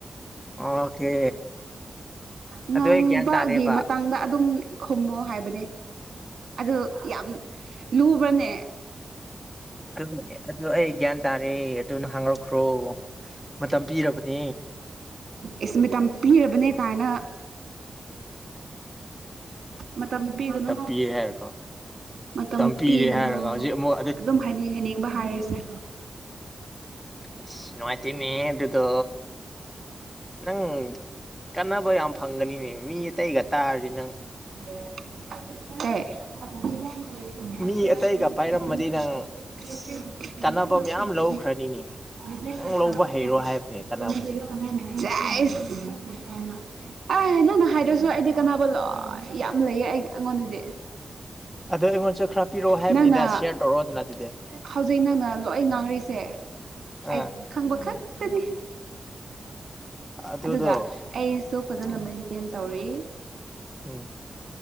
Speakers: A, in the centre; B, on the right.
A: ꯑꯣꯀꯦ
B: ꯉꯥꯡꯕꯒꯤ
A: ꯑꯗꯨ ꯑꯩ ꯒ꯭ꯌꯥꯟ ꯇꯥꯔꯦꯕ
B: ꯃꯇꯥꯡꯗ ꯑꯗꯨꯝ ꯈꯨꯝꯃꯣ ꯍꯥꯏꯕꯅꯦ ꯑꯗꯨ ꯌꯥꯝ ꯂꯨꯕ꯭ꯔꯅꯦ
A: ꯑꯗꯨ ꯑꯗꯨ ꯑꯩ ꯒ꯭ꯌꯥꯟ ꯇꯥꯔꯦ ꯑꯗꯨꯅ ꯍꯥꯡꯉꯛꯈ꯭ꯔꯣ ꯃꯇꯝ ꯄꯤꯔꯕꯅꯤ
B: ꯏꯁ ꯃꯤꯇꯝ ꯄꯤꯔꯕꯅꯦ ꯀꯥꯏꯅ ꯃꯇꯝ ꯄꯤꯒꯅꯣ
A: ꯃꯇꯝ ꯄꯤꯔꯦ ꯍꯥꯏꯔꯒ
B: ꯃꯇꯝ
A: ꯄꯤꯔꯦ
B: ꯄꯤꯒꯅꯨ
A: ꯍꯥꯏꯔꯒ ꯍꯧꯖꯤꯛ ꯑꯃꯨꯛ
B: ꯑꯗꯨꯝ ꯍꯥꯏꯅꯤꯡ ꯍꯥꯏꯅꯤꯡꯕ ꯍꯥꯏꯔꯤꯁꯦ
A: ꯑ ꯅꯨꯡꯉꯥꯏ ꯇꯃꯤ ꯑꯗꯨꯗꯣ ꯅꯪ ꯀꯥꯟꯅꯕ ꯌꯥꯝ ꯐꯪꯒꯅꯤꯅꯦ ꯃꯤ ꯑꯇꯩꯒ ꯇꯥꯔꯗꯤ ꯅꯪ
B: ꯍꯦ <unintelligible>
A: ꯃꯤ ꯑꯇꯩꯒ ꯄꯥꯏꯔꯝꯃꯗꯤ
B: ꯁꯤ
A: ꯅꯪ ꯑꯁ ꯀꯥꯟꯅꯕ
B: ꯖꯤꯅꯦ
A: ꯃꯌꯥꯝ ꯂꯧꯈ꯭ꯔꯅꯤꯅꯦ ꯅꯪ ꯂꯧꯕ
B: ꯄꯁꯥꯟ
A: ꯍꯩꯔꯣ ꯍꯥꯏꯕꯅꯦ ꯀꯥꯟꯅꯕꯁꯦ
B: ꯖꯥꯏ ꯑꯦ ꯅꯪꯅ ꯍꯥꯏꯗ꯭ꯔꯁꯨ ꯑꯩꯗꯤ ꯀꯥꯟꯅꯕ ꯂꯣꯏ ꯌꯥꯝ ꯂꯩꯌꯦ ꯑꯩ ꯑꯩꯉꯣꯟꯗꯗꯤ
A: ꯑꯗꯣ ꯑꯩꯉꯣꯟꯁꯨ ꯈꯔ ꯄꯤꯔꯛꯑꯣ ꯍꯥꯏꯕꯅꯤꯗ
B: ꯅꯪꯅ
A: ꯁꯤꯌꯔ ꯇꯧꯔꯛꯑꯣꯗꯅ ꯑꯗꯨꯗꯤ
B: ꯍꯧꯖꯤꯛ ꯅꯪꯅ ꯂꯣꯏ ꯉꯥꯡꯔꯤꯁꯦ
A: ꯑꯥ
B: ꯑꯩ ꯈꯪꯕ ꯈꯛꯇꯅꯤ
A: ꯑꯗꯨꯗꯣ
B: ꯑꯗꯨꯒ ꯑꯩꯁꯨ ꯐꯖꯅ
A: ꯎꯝ
B: ꯃꯦꯟꯇꯦꯟ ꯇꯧꯔꯤ
A: ꯎꯝ